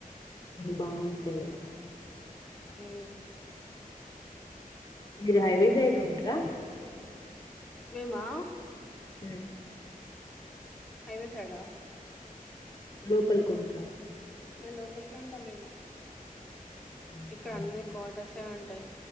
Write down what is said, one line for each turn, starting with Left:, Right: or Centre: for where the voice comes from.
Left: బాగుంటాయి
Centre: మ్
Left: మీరు హైవే సైడ్ ఉంటరా
Centre: మేమా
Left: హ్మ్
Centre: హైవేసైడా
Left: లోపలి కుంట్రా
Centre: మేము లోపలికేంటాం మేము
Left: ఓకే ఓకే
Centre: ఇక్కడ అన్ని కాటర్సే ఉంటాయి